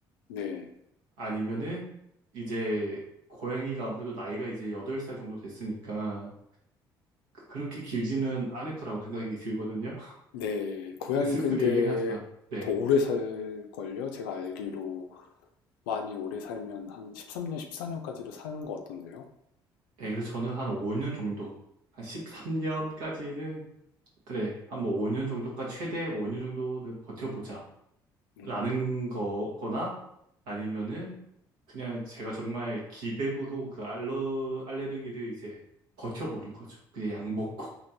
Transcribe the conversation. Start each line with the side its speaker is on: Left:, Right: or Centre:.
Left: 네,
Right: 아니면은 이제 고양이가 아무래도 나이가 이제 8살 정도 됐으니까 그렇게 길지는 않을 거라고 생각이 들거든요. <laughs>
Left: 네. 고양이
Right: 슬픈
Left: 근데
Right: 얘기긴 하지만. 네.
Left: 더 오래 살걸요? 제가 알기로 많이 오래 살면 한 13년, 14년까지도 사는 것 같던데요.
Right: 네, 그래서 저는 한 5년 정도, 한 13년까지는 그래, 한 뭐 5년 정도까지, 최대 5년 정도는 버텨보자.
Left: 음,
Right: 라는 거거나, 아니면은, 그냥 제가 정말 기백으로 그 알러, 알레르기를 이제 버텨보는 거죠. 그냥 약 먹고.